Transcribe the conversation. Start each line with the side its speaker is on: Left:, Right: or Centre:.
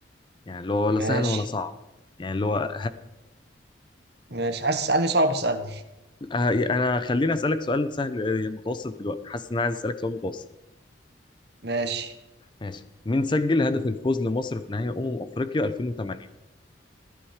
Left: يعني اللي هو ولا
Right: ماشي
Left: سهل ولا صعب يعني اللي هو
Right: ماشي عايز تسألني صعب اسألني
Left: آه، انا خليني اسالك سؤال سهل آه، متوسط دلوقتي حاسس ان انا عايز اسالك سؤال متوسط
Right: ماشي
Left: ماشي مين سجل هدف الفوز لمصر في نهائي امم افريقيا 2008